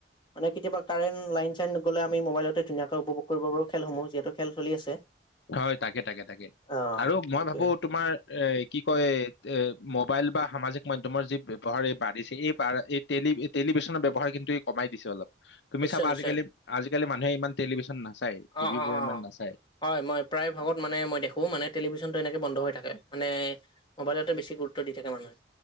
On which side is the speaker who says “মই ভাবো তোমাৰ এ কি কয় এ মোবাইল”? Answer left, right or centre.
Left